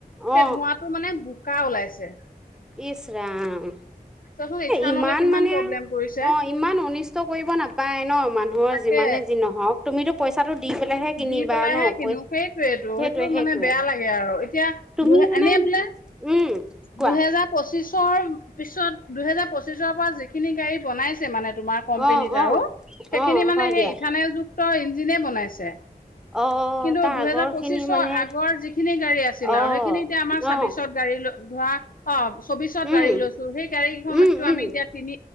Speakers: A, in the centre; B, on the left (about 60°).
A: অ
B: সেই ধোঁৱাটো মানে কা ওলাইছে <unintelligible>
A: ইছৰাম
B: চোৱাচোন ইথানলে
A: ইমান
B: কিমান
A: মানে
B: প্ৰব্লেম
A: অ
B: কৰিছে
A: ইমান অনিষ্ট কৰিব নাপায় ন। মই
B: তাকে
A: যিমানে যি নহওক তুমিতো পইচাটো দি পেলাইহে কিনিবা
B: দি পেলাইহে
A: ন
B: কিনো
A: পই
B: সেইটোয়েইটো
A: সেইটোৱে
B: সেইটো
A: সেইটোৱে
B: মানে বেয়া লাগে আৰু এতিয়া
A: তুমি
B: দুহে
A: মানে
B: এনে বোলে
A: উম কোৱা
B: দুহেজাৰ পঁচিছৰ পিছত দুহেজাৰ পঁচিছৰ পৰা যিখিনি গাড়ী বনাইছে মানে তোমাৰ কম্পেনীত
A: অ অ
B: আৰু সেইখিনি
A: অ
B: মানে
A: হয়
B: সেই
A: দিয়া
B: ইথানল য প্ৰইন্ যিনে বনাইছে।
A: অ
B: কিন্তু
A: তাৰ
B: দুহেজাৰ
A: আগৰ
B: পচিশৰ
A: খিনি মানে
B: আগৰ যিখিনি গাড়ী আছিল
A: অ
B: আৰু সেইখিনি এতিয়া আমাৰ চাব্বিশত
A: অ
B: গাড়ী ধৰা অ। চৌবিশত
A: উম
B: গাড়ী লৈছো সেই গাড়ীখনতো
A: উম উম
B: আমি এতিয়া তিনি।